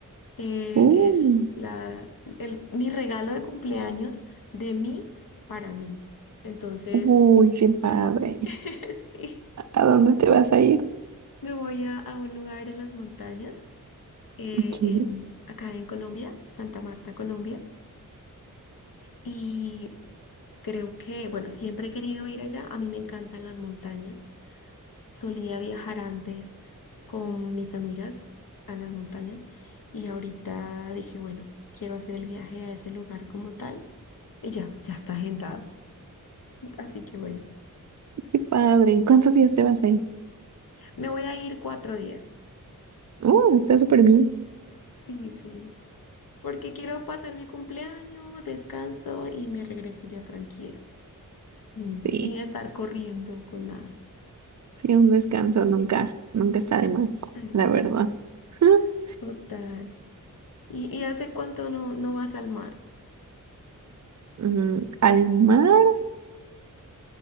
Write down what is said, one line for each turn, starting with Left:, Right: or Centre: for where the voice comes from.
Left: eh,
Right: Uy,
Left: es la, el- mi regalo de cumpleaños de mí para mí. Entonces,
Right: uy, qué padre.
Left: <laughs> sí,
Right: ¿A dónde te vas a ir?
Left: me voy a, a un lugar en las montañas, eh,
Right: Aquí,
Left: en, acá en Colombia, Santa Marta, Colombia, y creo que, bueno, siempre he querido ir allá, a mí me encantan las montañas, solía viajar antes con mis amigas a las montañas y ahorita dije, bueno, quiero hacer el viaje a ese lugar como tal. Y ya, ya está agendado. Así que bueno,
Right: qué padre. ¿Y cuántos días te vas a ir?
Left: me voy a ir cuatro días.
Right: Uh, está súper bien.
Left: Sí, sí. Porque quiero pasar mi cumpleaños, descanso y me regreso ya tranquila, sin,
Right: Sí,
Left: sin estar corriendo con nada.
Right: sí, un descanso nunca, nunca está de más,
Left: Ay,
Right: la verdad.
Left: sí, sí,
Right: <laughs>
Left: total. ¿Y, y hace cuánto no, no vas al mar?
Right: Mm, al mar,